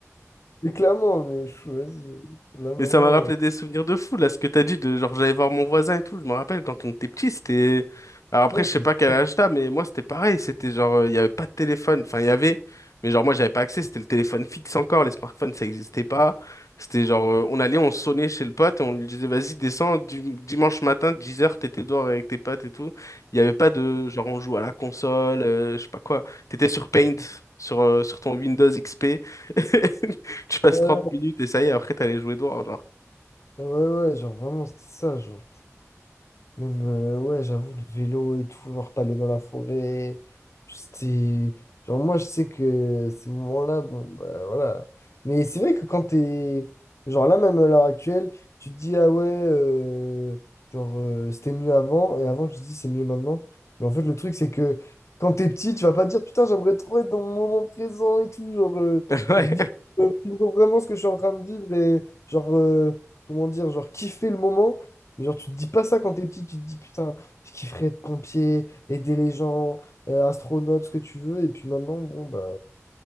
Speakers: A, on the left; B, on the left.
A: c'est clairement, mais pff, vas-y, là maintenant,
B: Mais ça m'a rappelé
A: euh,
B: des souvenirs de fou, là, ce que t'as dit, de genre j'allais voir mon voisin et tout. Je me rappelle quand on était petit, c'était. Alors après,
A: ouais,
B: je
A: c'est
B: sais pas quel
A: ça.
B: âge t'as, mais moi c'était pareil. C'était genre, euh, il y avait pas de téléphone. Enfin, il y avait, mais genre moi j'avais pas accès. C'était le téléphone fixe encore. Les smartphones, ça existait pas. C'était genre,
A: Ouais,
B: euh, on allait, on sonnait chez le pote et on lui disait, vas-y, descends, du- dimanche matin, dix heures t'étais dehors avec tes potes et tout. Il y avait pas de genre, on joue à la console, euh, je sais pas quoi. T'étais sur Paint, sur, euh, sur ton Windows XP. <laughs> Tu passes
A: ouais,
B: 30 minutes et ça y est, après t'as les jouets d'or, genre.
A: ouais, ouais, genre, vraiment, c'était ça, genre. Même, euh, ouais, j'avoue, le vélo et tout, genre, t'allais dans la forêt. C'était. Genre, moi, je sais que ces moments-là, bon, bah voilà. Mais c'est vrai que quand t'es. Genre, là, même à l'heure actuelle, tu te dis, ah ouais, euh, genre, euh, c'était mieux avant. Et avant, tu te dis, c'est mieux maintenant. Mais en fait, le truc, c'est que quand t'es petit, tu vas pas te dire, putain, j'aimerais trop être dans mon moment présent et tout. Genre, euh,
B: <laughs> Ouais,
A: vivre, vivre vraiment ce que je suis en train de vivre et, genre, euh, comment dire, genre, kiffer le moment. Mais genre, tu te dis pas ça quand t'es petit, tu te dis putain, je kifferais être pompier, aider les gens, euh, astronaute, ce que tu veux. Et puis maintenant, bon, bah,